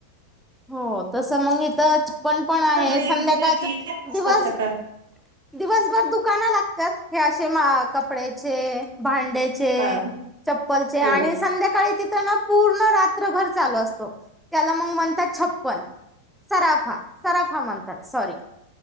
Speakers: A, in the centre; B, on the right.
A: हो. तस मग इथं, चप्पन पण आहे
B: सगळी
A: संध्याकाळचं.
B: खरेदी त्यांनाच
A: दिवस
B: करता का?
A: दिवसभर दुकानं लागतात. हे असे म कपड्याचे, भांड्या चे,
B: हा
A: चप्पलचे
B: हम्म
A: आणि संध्याकाळी तिथं न पूर्ण रात्रभर चालू असतो. त्याला मग म्हणतात छप्पन. सराफा. सराफा म्हणतात. सॉरी.